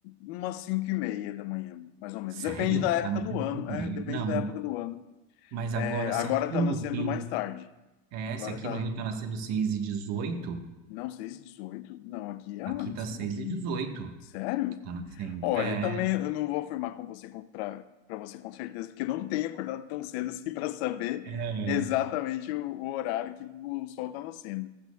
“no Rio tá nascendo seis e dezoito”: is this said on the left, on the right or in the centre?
Right